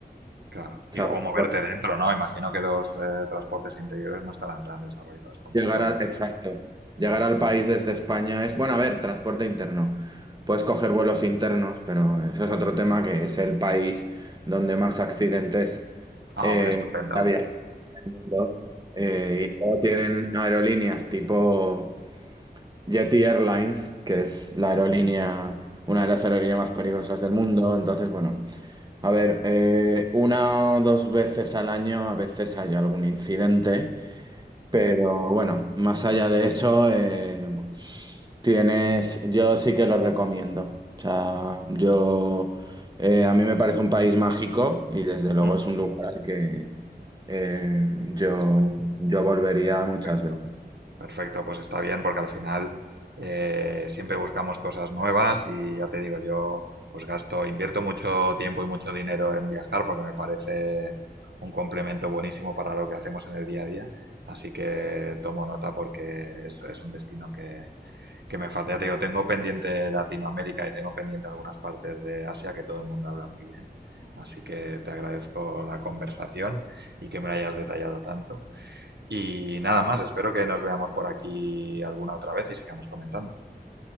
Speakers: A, on the right (about 80°); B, on the right (about 25°).
A: Claro. Y
B: ¿sabes?
A: luego moverte dentro, ¿no? Imagino que los eh, transportes interiores no estarán tan desarrollados como
B: Llegar
A: en Europa.
B: al, exacto. Llegar al país desde España es, bueno, a ver, transporte interno. Puedes coger vuelos internos, pero eso es otro tema que es el país donde más accidentes
A: Ah,
B: eh,
A: hombre, estupendo.
B: había en el mundo. Eh, y luego tienen aerolíneas tipo Jetty Airlines, que es la aerolínea, una de las aerolíneas más peligrosas del mundo. Entonces, bueno, a ver, eh, una o dos veces al año a veces hay algún incidente. Pero bueno, más allá de eso, eh, tienes, yo sí que lo recomiendo. O sea, yo, eh, a mí me parece un país mágico y desde luego
A: Mm.
B: es un lugar al que eh, yo, yo volvería
A: Perfecto.
B: muchas veces.
A: Perfecto, pues está bien porque al final eh, siempre buscamos cosas nuevas y ya te digo, yo pues gasto, invierto mucho tiempo y mucho dinero en viajar porque me parece un complemento buenísimo para lo que hacemos en el día a día. Así que tomo nota porque es, es un destino que, Que me falta, ya te digo, tengo pendiente Latinoamérica y tengo pendiente algunas partes de Asia que todo el mundo habla muy bien. Así que te agradezco la conversación y que me la hayas detallado tanto. Y nada más, espero que nos veamos por aquí alguna otra vez y sigamos comentando.